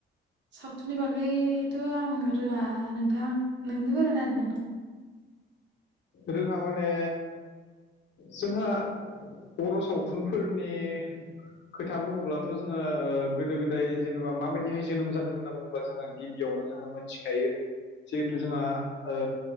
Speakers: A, on the right; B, on the left.
A: सावथुननि बागैथ' आं रोङा नोंथां नोंनो फोरमायना होदो नोंथां
B: रोङा माने जोंहा बर' सावथुनफोरनि खोथा बुङोब्लाथ' जोङो ओ गोदो-गोदाय जेनेबा माबायदिहाय जोनोम जादों होनना बुङोब्ला जोङो गि बियावनो जोङो मोनथिखायो जिहेथु जोंहा ओ